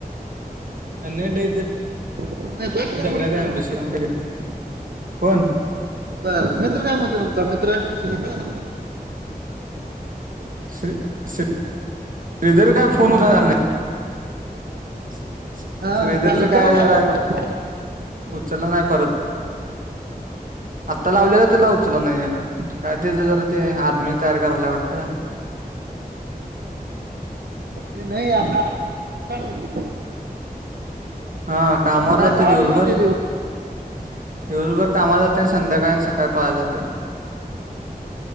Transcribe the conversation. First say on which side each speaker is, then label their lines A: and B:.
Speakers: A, on the right; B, on the right.
A: नाई डेंजर
B: मग दोस्त काय
A: <inaudible> दगडात
B: म्हणतोय
A: आहे आमचं शेत <unintelligible>
B: तर मित्र काय म्हणतं तुमचा मित्र? श्रीधर?
A: श्री श्री श्रीधर काय फोन <unintelligible> काय आला नाय. सं सं
B: हा
A: श्रीधरचं
B: चालू चला
A: काय
B: ना
A: जरा
B: आपण
A: ते? उचलला नाही परत, आता लावलेला ते लावू तुला नाय देणार, तेचं काय तेच जरा ते हार मि तयार करायला वाटतं. <unintelligible>
B: ते नाही आता <inaudible> मोड <unintelligible>
A: हा कामावर
B: सकाळी
A: जातोय
B: सहा
A: दिवसभर?
B: वाजता जाते
A: दिवसभर कामाला जातय संध्याकाळी
B: तो
A: सकाळी पळायला जात.